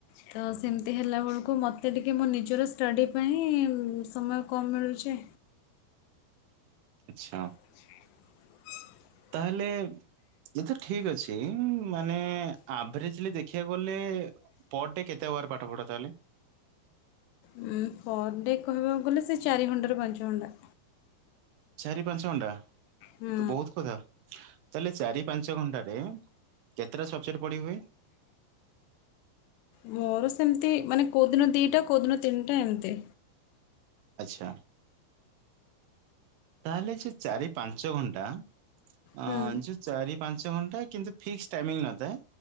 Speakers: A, on the left; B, on the right.
A: ତ ସେମିନ୍ତି ହେଲା ବେଳୁକୁ ମୋତେ ଟିକେ ମୋ ନିଜର ଷ୍ଟଡ଼ି ପାଇଁ ସମୟ କମ୍ ମିଳୁଚି।
B: ଆଚ୍ଛା।
A: <inaudible>
B: ତାହେଲେ ଇଏତ ଠିକ୍ ଅଛି ଉଁ ମାନେ ଆଭେରେଜ୍ଲି ଦେଖିବାକୁ ଗଲେ ପର୍ ଡେ କେତେ ଆୱାର ପାଠ ପଢ଼ ତାହେଲେ?
A: ଉଁ ପର୍ ଡେ କହିବାକୁ ଗଲେ ସେ ଚାରି ଘଣ୍ଟା ରୁ ପାଞ୍ଚ ଘଣ୍ଟା।
B: ଚାରି ପାଞ୍ଚ ଘଣ୍ଟା,
A: ହୁଁ
B: ତ ବହୁତ କଥା। ତାହେଲେ ଚାରି ପାଞ୍ଚ ଘଣ୍ଟାରେ କେତେଟା ସବଜେକ୍ଟ ପଢି ହୁଏ?
A: ମୋର ସେମିତି ମାନେ କୋଉ ଦିନ ଦିଇଟା କେଉ ଦିନ ତିନିଟା ଏମିତି।
B: ଆଚ୍ଛା। ତାହେଲେ ଯୋଉ ଚାରି ପାଞ୍ଚ ଘଣ୍ଟା ଅ
A: ହୁଁ
B: ଯୋଉ ଚାରି ପାଞ୍ଚ ଘଣ୍ଟା କିନ୍ତୁ ଫିକ୍ସ ଟାଇମଙ୍ଗ ନଥାଏ